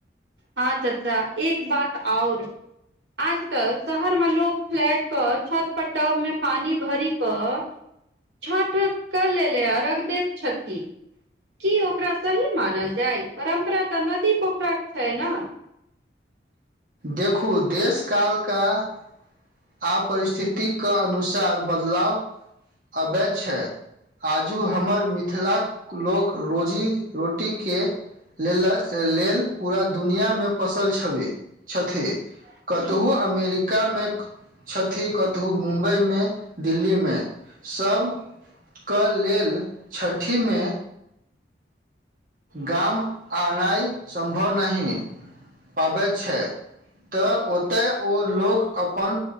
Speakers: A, on the right; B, on the right.
A: हँ चच्चा एक बात आओर आजकल शहर मे लोक फ्लैट कऽ छत पर टब मे पानी भरिकऽ छठ कर लेले अरघ दैत छथि। की ओकरा सही मानल जाय परम्परा तऽ नदी पोखरा क छै नऽ।
B: देखू देशकाल कऽ आ परिस्थिति कऽ अनुसार बदलाव अबैत छै। आजू हमर मिथिलाक लोक रोजी रोटी के लेल, लेल पूरा दुनिआमे पसल छबै। छथि।
A: हूँ
B: कतहु अमेरिकामे छथि, कतहु मुम्बई मे दिल्ली मे, सभक लेल छठिमे गाम आनाइ सम्भव नहि पाबैत छै। तऽ
A: हूँ
B: ओतय ओ लोग अपन